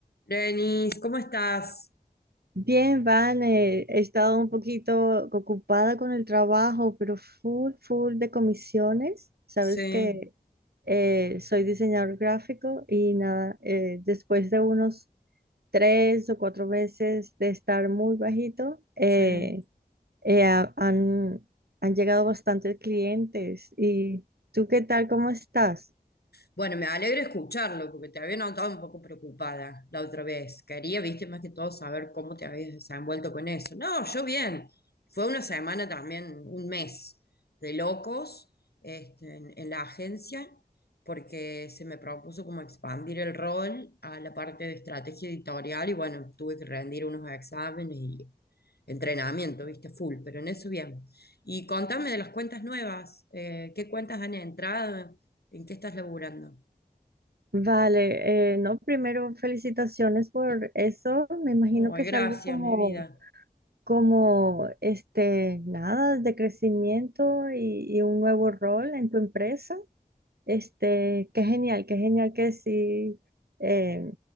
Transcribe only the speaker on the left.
Lenis, ¿cómo estás?
Sí,
sí.
Bueno, me alegro escucharlo, porque te había notado un poco preocupada la otra vez. Quería, viste, más que todo saber cómo te habías desenvuelto con eso. No, yo bien. Fue una semana también, un mes de locos este, en, en la agencia, porque se me propuso como expandir el rol a la parte de estrategia editorial y bueno, tuve que rendir unos exámenes y entrenamiento, viste, full, pero en eso bien. Y contame de las cuentas nuevas, eh, ¿qué cuentas han entrado? ¿En qué estás laburando?
Ay,
gracias,
mi vida.